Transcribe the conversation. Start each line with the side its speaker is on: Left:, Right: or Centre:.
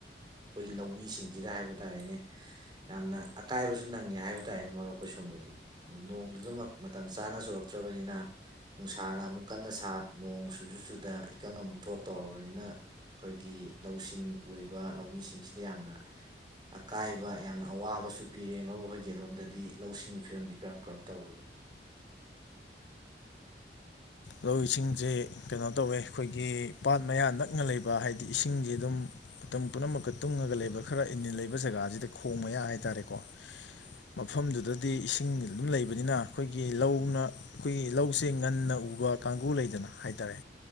Right: ꯈꯣꯏꯒꯤ ꯂꯧꯃꯤꯁꯤꯡꯁꯤꯗ ꯍꯥꯏꯕ ꯇꯥꯔꯦꯅꯦ ꯌꯥꯝꯅ ꯑꯀꯥꯏꯕꯁꯨ ꯅꯪꯉꯦ ꯍꯥꯏꯕ ꯇꯥꯔꯦꯅꯦ ꯃꯔꯨꯞ ꯈꯣꯏ ꯁꯣꯝꯗꯗꯤ ꯅꯣꯡꯗꯨꯖꯨ ꯃꯇꯝ ꯆꯥꯅ ꯆꯨꯔꯛꯇ꯭ꯔꯕꯅꯤꯅ ꯅꯨꯡꯁꯥꯅ ꯑꯃꯨꯛ ꯀꯟꯅ ꯁꯥ ꯅꯣꯡ ꯖꯨꯆꯨꯗ ꯏꯀꯪ ꯑꯃꯨꯛ ꯊꯣꯛ ꯇꯧꯔꯕꯅꯤꯅ ꯈꯣꯏꯒꯤ ꯂꯧꯁꯤꯡ ꯎꯔꯤꯕ ꯂꯧꯃꯤꯁꯤꯡꯁꯤꯗ ꯌꯥꯝꯅ ꯑꯀꯥꯏꯕ ꯌꯥꯝꯅ ꯑꯋꯥꯕꯁꯨ ꯄꯤꯔꯦ ꯃꯔꯨꯞ ꯍꯣꯏꯒꯤ ꯑꯗꯣꯝꯗꯗꯤ ꯂꯧꯁꯤꯡꯒꯤ ꯐꯤꯕꯝꯗꯤ ꯀꯔꯝ ꯀꯔꯝ ꯇꯧꯔꯤ
Left: ꯂꯧ ꯏꯁꯤꯡꯁꯦ ꯀꯩꯅꯣ ꯇꯧꯋꯦ ꯈꯣꯏꯒꯤ ꯄꯥꯠ ꯃꯌꯥ ꯅꯛꯅ ꯂꯩꯕ ꯍꯥꯏꯗꯤ ꯏꯁꯤꯡꯖ‌ꯦ ꯑꯗꯨꯝ ꯃꯇꯝ ꯄꯨꯝꯅꯃꯀ ꯇꯨꯡꯉꯒ ꯂꯩꯕ ꯈꯔ ꯏꯟꯅꯤꯜ ꯂꯩꯕ ꯖꯒꯥꯁꯤꯗ ꯈꯣꯡ ꯃꯌꯥ ꯍꯥꯏꯇꯥꯥꯔꯦꯀꯣ ꯃꯐꯝꯗꯨꯗꯗꯤ ꯏꯁꯤꯡ ꯑꯗꯨꯝ ꯂꯩꯕꯅꯤꯅ ꯈꯣꯏꯒꯤ ꯂꯧꯅ ꯈꯣꯏꯒꯤ ꯂꯧꯁꯦ ꯉꯟꯅ ꯎꯕ ꯀꯥꯡꯒꯨ ꯂꯩꯗꯅ ꯍꯥꯏꯇꯥꯔꯦ